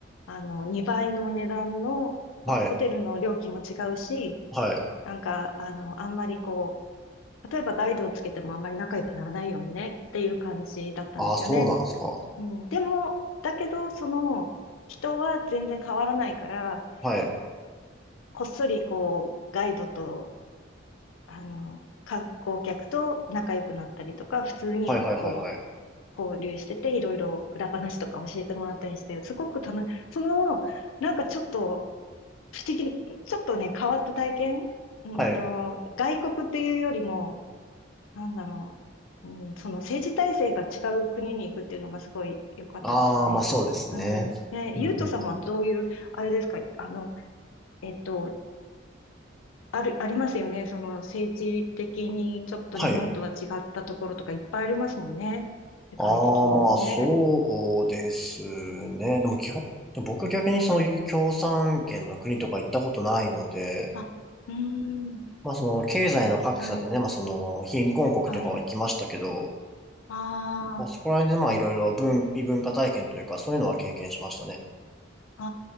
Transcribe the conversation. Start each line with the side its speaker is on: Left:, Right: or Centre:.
Left: あの、2倍の値段のホホテルの料金も違うし、
Centre: はい、はい。
Left: なんか、あの、あんまりこう、例えばガイドをつけてもあんまり仲良くならないようにねっていう感じだったんですよね。
Centre: ああ、そうなんですか。
Left: うん、でも、だけど、その、人は全然変わらないから、
Centre: はい、
Left: こっそりこう、ガイドと、あの、観光客と仲良くなったりとか、普通にこう、
Centre: はい、はい、はい、はい。
Left: 交流してて、いろいろ裏話とか教えてもらったりして、すごく楽し、その、なんかちょっと不思議、ちょっとね、変わった体験、うんと、
Centre: はい。
Left: 外国っていうよりも、なんだろう。うん、その政治体制が違う国に行くっていうのがすごい良かったですね。
Centre: ああ、まあそうですね。
Left: うん。ね、
Centre: うんうん
Left: ゆうとさんはどういう、あれですか、あの、えっと、ある、ありますよね。その政治的にちょっと日本とは違ったところとかいっぱいありますもんね。
Centre: はい。
Left: 世界的にもね。
Centre: ああ、まあ、そうですね。
Left: うん。
Centre: でも基本、でも僕は逆にその共産圏の国とか行ったことないので、
Left: あ、うん。
Centre: まあその経済の格差でね、
Left: はい。
Centre: まあその貧困国とかは行きましたけど、
Left: はい。あ
Centre: まあそこら辺でまあいろいろ文、異文化体験というかそういうのは経験しましたね。
Left: あ、